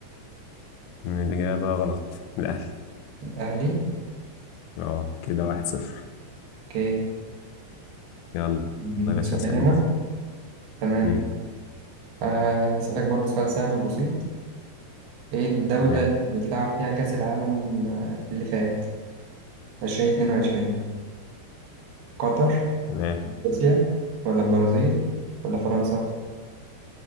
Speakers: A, on the left; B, on the right.
A: الإجابة غلط الأهلي
B: الأهلي
A: آه كده واحد صفر
B: أوكي
A: يلا
B: مم،
A: يا باشا
B: سؤال
A: اسأل
B: أنا
A: أنت
B: تمام
A: مم.
B: آه، أسألك برضه سؤال سهل وبسيط إيه الدولة
A: تمام
B: اللي بتلعب فيها كأس العالم آه، اللي فات 2022 قطر
A: تمام
B: روسيا ولا البرازيل ولا فرنسا